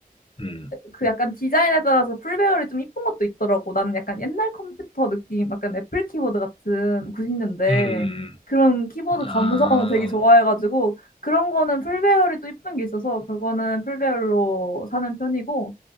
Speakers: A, on the left; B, on the left.
A: 음,
B: 그 약간 디자인에 따라서 풀배열이 좀 이쁜 것도 있더라고. 나는 약간 옛날 컴퓨터 느낌, 약간 애플 키보드 같은 90년대
A: 음,
B: 그런 키보드
A: 아.
B: 감성 되게 좋아해가지고 그런 거는 풀배열이 또 이쁜 게 있어서 그거는 풀배열로 사는 편이고